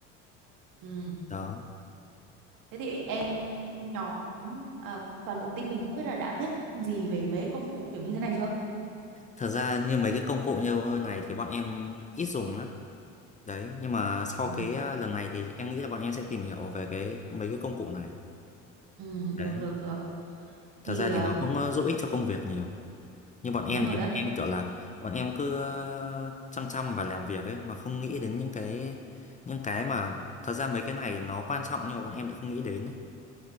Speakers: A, on the right; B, on the left.
A: ừ.
B: Đó.
A: thế thì em nhóm ờ, toàn bộ team mình không biết là đã biết gì về mấy công cụ kiểu như thế này chưa
B: Thật ra như mấy cái công cụ như này thì bọn em ít dùng lắm. Đấy, nhưng mà sau
A: ừ.
B: cái à, lần này thì em nghĩ là bọn em sẽ tìm hiểu về cái mấy cái công cụ này.
A: Ừ, được
B: Đấy,
A: được được thì
B: thật ra
A: ờ,
B: thì nó cũng à, giúp ích cho công việc nhiều. Như bọn em
A: đúng rồi
B: thì
A: đấy
B: bọn em kiểu là bọn em cứ à, chăm chăm và làm việc ấy mà không nghĩ đến những cái những cái mà thật ra mấy cái này nó quan trọng nhưng mà bọn em lại không nghĩ đến ấy.